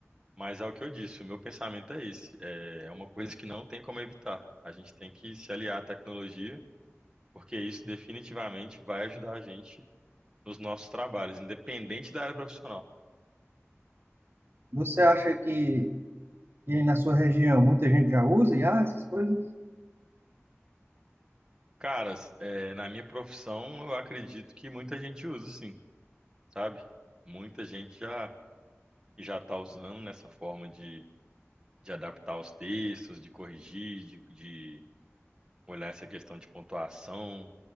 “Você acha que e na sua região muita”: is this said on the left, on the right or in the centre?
Right